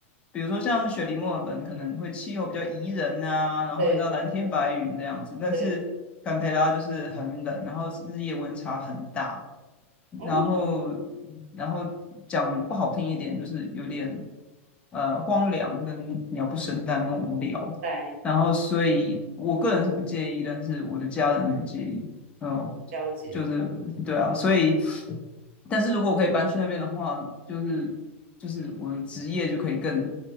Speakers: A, on the left; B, on the right.
A: 比如说像雪梨墨尔本可能会气候比较宜人啊，然后你知道蓝天白云这样子，
B: 对
A: 但是坎培拉就是很冷，
B: 对，
A: 然后日夜温差很大。
B: 嗯，
A: 然后然后讲不好听一点，就是有点呃荒凉跟鸟不生蛋跟无聊。
B: 明白，
A: 然后所以我个人是不介意，但是我的家人很介意。嗯，
B: 了解。
A: 就是对啊，所以但是如果我可以搬去那边的话，就是就是我的职业就可以更